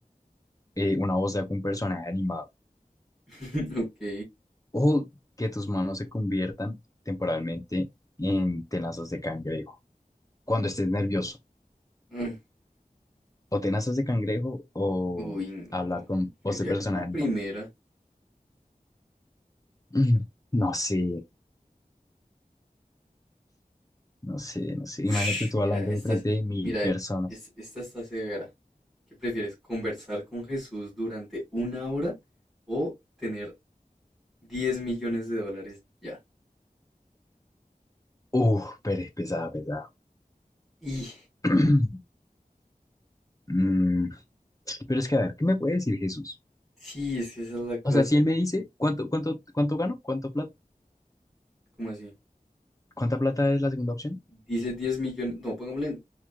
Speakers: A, on the left (about 20°); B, in the centre.
A: eh, una voz de algún personaje animado.
B: <laughs> Ok.
A: o que tus manos se conviertan temporalmente en tenazas de cangrejo cuando estés nervioso.
B: Mm,
A: O tenazas de cangrejo o
B: Uy, no.
A: hablar con
B: Yo
A: voz
B: diría
A: de personaje
B: que la primera.
A: animado. Mm, No sé, no sé, no sé.
B: Ush,
A: Imagínate tú
B: mira,
A: hablando
B: esta
A: enfrente
B: es,
A: de mil
B: mira,
A: personas.
B: es- esta está severa. ¿Qué prefieres? ¿Conversar con Jesús durante una hora o tener 10 millones de dólares ya?
A: Uf, pero es pesado pesado
B: Y
A: <clears throat> Mm, pero es que a ver, ¿qué me puede decir Jesús?
B: Sí, es que esa es la cosa.
A: O sea, si él me dice, ¿cuánto, cuánto, cuánto gano? ¿Cuánto plata?
B: ¿Cómo así?
A: ¿Cuánta plata es la segunda opción?
B: Dice 10 millones, no, pongámosle